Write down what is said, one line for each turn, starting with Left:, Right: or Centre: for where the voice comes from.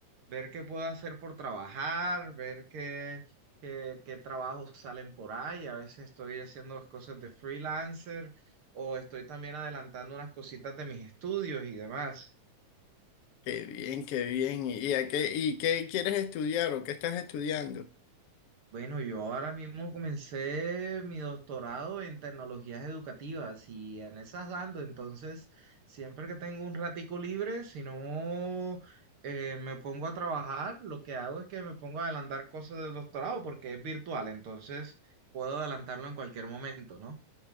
Right: ver qué puedo hacer por trabajar, ver qué, qué, qué trabajos salen por ahí. A veces estoy haciendo las cosas de freelancer o estoy también adelantando unas cositas de mis estudios y demás.
Left: Qué bien, qué bien. ¿Y y a qué, y qué quieres estudiar o qué estás estudiando?
Right: Bueno, yo ahora mismo comencé mi doctorado en tecnologías educativas y en esas dando, entonces siempre que tengo un ratico libre, si no eh, me pongo a trabajar, lo que hago es que me pongo a adelantar cosas del doctorado porque es virtual, entonces puedo adelantarlo en cualquier momento, ¿no?